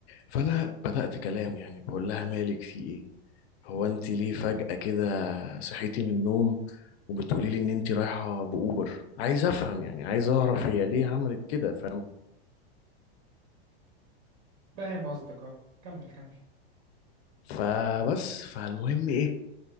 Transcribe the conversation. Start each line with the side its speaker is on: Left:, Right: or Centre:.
Left: فأنا بدأت كلام يعني بقول لها مالك في إيه هو أنت ليه فجأة كده صحيتي من النوم وبتقولي لي إن أنت رايحة بأوبر عايز أفهم يعني عايز أعرف هي ليه عملت كده فاهم
Right: فاهم قصدك اه كمل كمل
Left: فبس فالمهم إيه